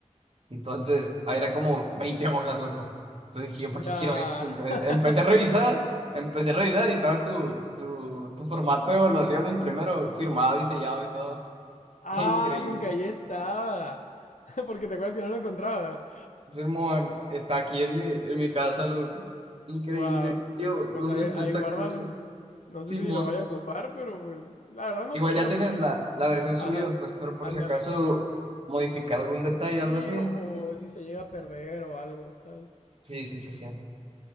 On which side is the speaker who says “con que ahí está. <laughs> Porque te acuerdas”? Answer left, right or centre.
Left